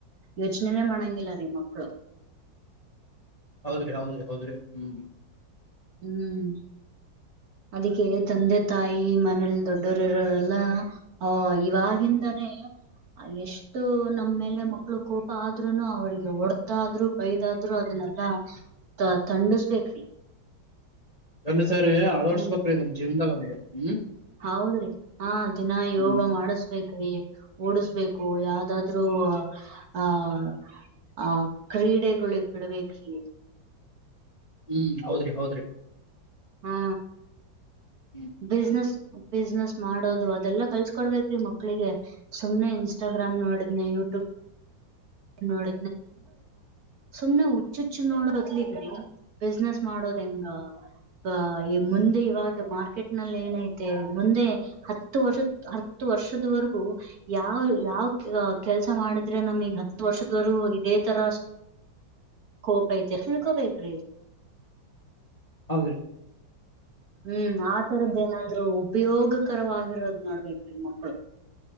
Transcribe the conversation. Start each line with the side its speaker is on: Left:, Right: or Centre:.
Right: ಯೋಚನೆನೆ ಮಾಡಂಗಿಲ್ಲ ರೀ ಮಕ್ಕಳು.
Left: ಹೌದ್ರಿ ಹೌದ್ರಿ ಹೌದ್ರಿ ಹ್ಮ್
Right: ಹ್ಮ್ ಅದಿಕೆ ತಂದೆ ತಾಯಿ ಮನೇಲ್ ದೊಡ್ಡೋರಿರೋರೆಲ್ಲ ಆ ಇವಾಗಿಂದಾನೇ
Left: <inaudible>
Right: ಅಲ್ಲೆಷ್ಟು ನಮ್ಮೇಲೆ ಮಕ್ಳು ಕೋಪ ಆದ್ರುನು ಅವ್ರಿಗೆ ಒಡ್ದಾದ್ರು ಬೈದಾದ್ರು ಅದುನ್ ನೆಲ್ಲ ತ ತಂಡಿಸ್ಬೇಕ್ರಿ.
Left: ಅಂದ ಸರಿರೀ ಅಳವಡ್ಸ್ಬೇಕ್ರಿ
Right: ಖಂಡ
Left: ಇದುನ್ ಜೀವನ್ದಾಗ್ ಅವರಿಗೆ ಹ್ಮ್
Right: ಹೌದ್ರಿ ಹಾಂ ದಿನ ಯೋಗ
Left: ಹ್ಮ್
Right: ಮಾಡಸ್ಬೇಕ್ರಿ. ಓಡಿಸ್ಬೇಕು ಯಾವ್ದಾದ್ರರು ಆಹ ಆ ಕ್ರೀಡೆಗಳಿಗೆ ಬಿಡ್ಬೇಕ್ರಿ
Left: ಹ್ಮ್ ಹೌದ್ರಿ ಹೌದ್ರಿ
Right: ಹಾ
Left: ಹ್ಮ್
Right: ಬಿಸ್ನೆಸ್ ಬಿಸ್ನೆಸ್ ಮಾಡೋದು ಅದೆಲ್ಲಾ ಕಲ್ಸ್ಕೊಡ್ಬೇಕ್ರೀ ಮಕ್ಳಿಗೆ ಸುಮ್ಮನೆ ಇಸ್ಟಾಗ್ರಾಮ್ ನೋಡಿದ್ನ ಯ ಹತ್ತು ನೋಡ್ ಸುಮ್ನೆ ಹುಚ್ಚುಚ್ಚು ನೋಡದ್ಲಿೀ ಬಿಸ್ನೆಸ್ ಮಾಡೋ ರಿಂಗಾ ಆ ಈ ಮುಂದೆ ಇವಾಗ ಮಾರ್ಕೆಟ್ ನಲ್ಲಿ ಏನೈತೆ ಮುಂದೆ ಹತ್ತು ವರ್ಷ ಹತ್ತು ವರ್ಷದವರೆಗೂ ಯಾವ ಯಾವ ಕೆಲಸ ಮಾಡಿದ್ರೆ ನಮಗ್ ವರ್ಷದವರು ಇದೇ ತರ ಕೋ ಬೈತ ಹಲ್ಕೋ ಬೈಕ್ರೀ
Left: ಹೌದ್ರೀ
Right: ಹ್ಮ್ ಆತರದ ಏನಾದ್ರು ಉಪಯೋಗಕರವಾಗಿರೋದ್ ನೋಡ್ಬೇಕೇ್ರಿ ಮಕ್ಳು